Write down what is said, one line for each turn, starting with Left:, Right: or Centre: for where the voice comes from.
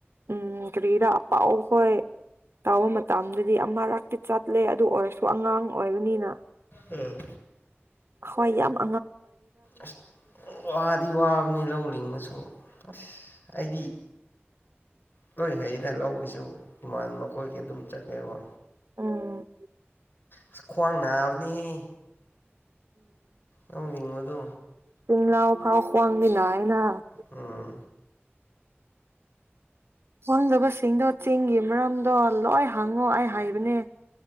Right: ꯎꯝ ꯀꯔꯤꯗ ꯑꯄꯥꯎ ꯍꯣꯏ ꯇꯥꯕ ꯃꯇꯝꯗ ꯍꯥꯏꯗꯤ ꯑꯃꯛꯇꯤ ꯆꯠꯂꯦ ꯑꯗꯨ ꯑꯣꯏꯔꯁꯨ ꯑꯉꯥꯡ ꯑꯣꯏꯕꯅꯤꯅ
Left: ꯎꯝ
Right: ꯍꯣꯏ ꯌꯥꯕ
Left: ꯑꯁ ꯋꯥꯗꯤ ꯋꯥꯕꯅꯦ ꯂꯧ ꯂꯤꯡꯉꯁꯨ ꯑꯁ ꯑꯩꯗꯤ ꯂꯣꯏ ꯍꯌꯦꯡꯗ ꯂꯧꯒꯤꯁꯨ ꯏꯃꯥꯟ ꯑꯩꯈꯣꯏꯒꯤ ꯑꯗꯨꯝ ꯆꯠꯂꯦꯕ
Right: ꯎꯝ
Left: ꯑꯁ ꯈ꯭ꯋꯥꯡ ꯅꯥꯕꯅꯤꯍ ꯂꯧ ꯂꯤꯡꯕꯗꯣ
Right: ꯇꯅ ꯐꯥꯎ ꯁꯋꯥꯡꯂꯤꯅ ꯑꯩꯅ <inaudible>
Left: ꯎꯝ
Right: ꯈꯪꯗꯕꯁꯤꯡꯗꯣ ꯆꯤꯡꯒꯤ ꯃꯔꯝꯗꯣ ꯂꯣꯏ ꯍꯪꯉꯣ ꯑꯩ ꯍꯥꯏꯕꯅꯦ